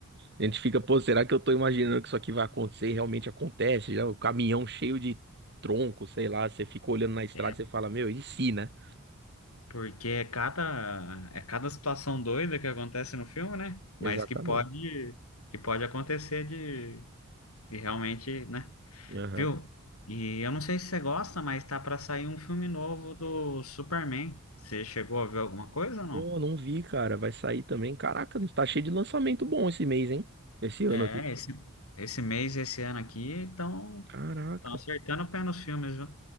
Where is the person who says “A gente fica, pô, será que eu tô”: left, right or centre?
Right